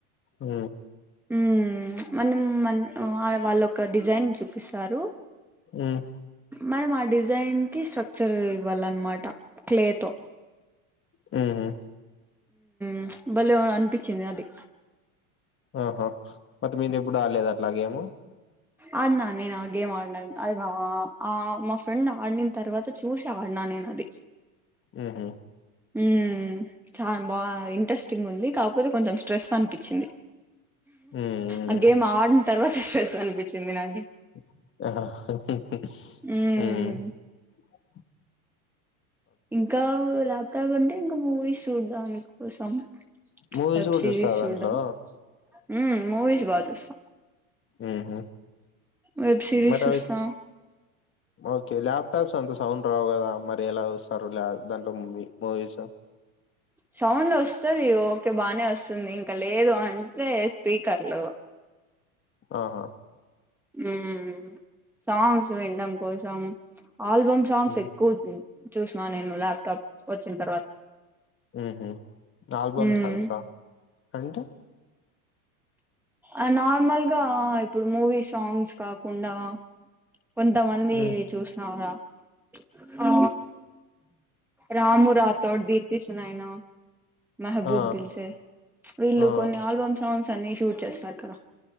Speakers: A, on the left; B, in the centre.
A: ఆ
B: మ్ మనం మన్ వా వాళ్ళొక డిజైన్ చూపిస్తారు.
A: మ్
B: మనం ఆ డిజైన్కి స్ట్రక్చర్ ఇవ్వాలన్మాట క్లేతో
A: మ్ హ్
B: మ్ బలే అన్పిచ్చింది అది
A: ఆహా బట్ మీరెప్పుడు ఆడ్లేదా అట్ల గేము.
B: ఆడ్న నేనా గేమ్ ఆడినాను అది బా ఆ మా ఫ్రెండ్ ఆడిన్ తర్వాత చూసి ఆడ్ నా నేన్ అది
A: మ్ హ్
B: మ్ చాలా బా ఇంట్రెస్టింగుంది కాక్పోతే కొంచెం స్ట్రెస్ అన్పిచ్చింది.
A: మ్మ్
B: ఆ గేమ్ ఆడిన్ తర్వాత స్ట్రెస్ అన్పిచ్చింది నాకి
A: మ్
B: మ్మ్ ఇంకా లాప్టాప్ అంటే ఇంకా మూవీస్ చూదాం కోసం
A: మూవీస్
B: వెబ్
A: గూడా
B: సిరిస్
A: జూస్తారా
B: చూడ్డం
A: దాంట్లో?
B: ఉ మూవీస్ బా చు
A: ఉహ్
B: వెబ్ సిరీస్
A: మాట
B: చూస్తాం
A: ఓకే లాప్టాప్స్ అంత సౌండ్ రావు కదా మరి ఎలా చూస్తారు దాంట్లో మువీ మూవీస
B: సౌండ్ వస్తది ఓకే బానే వస్తుంది ఇంకా లేదు అంటే స్పీకర్లు
A: ఆహా!
B: మ్ సాంగ్స్ విన్డం కోసం ఆల్బమ్ సాంగ్స్
A: హ్మ్.
B: ఎక్కు చూసిన నేను ల్యాప్టాప్ వచ్చిన తర్వాత
A: మ్ హ్ ఆల్బమ్
B: మ్మ్
A: సాంగ్సా అంటే?
B: అ నార్మల్గా ఇప్పుడు మూవీ సాంగ్స్ కాకుండా కొంతమంది
A: హ్మ్.
B: చూసినవరా ప్చ్ ఆ రాము రాతోడ్, దీప్తి సునైనా మెహబూబ్
A: ఆ!
B: దిల్సే ప్చ్ వీళ్ళు
A: ఆ!
B: కొన్ని ఆల్బమ్ సాంగ్స్ అన్ని షూట్ చేస్తారు కదా